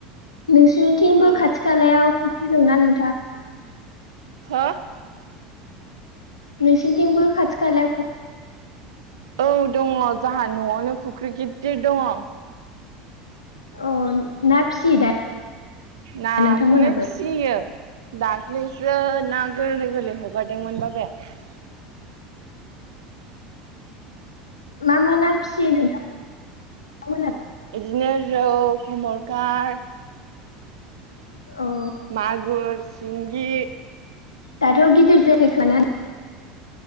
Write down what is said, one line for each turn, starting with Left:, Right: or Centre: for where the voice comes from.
Left: नोंसिनिथिंबो
Right: औ
Left: खाथि खालायाव फुख्रि दंना नोंथां
Right: हो
Left: नोंसिोरनिथिंबो खाथि खाला
Right: औ दङ जोंहा न'आवनो फुख्रि गिदिर दङ
Left: औ ना फिसियो दा
Right: नाखौलाय
Left: नोंथांमोनाबो
Right: फियो दाख्लैसो ना गोरलै गोरलै हगारदोंमोन बाबाया
Left: मा मा ना फिसियो नोंथां मोना
Right: बिदिनो रौ खमलखार
Left: अ
Right: मागुर सिंगि
Left: दाथ' गिदिर जायाखो ना <unintelligible>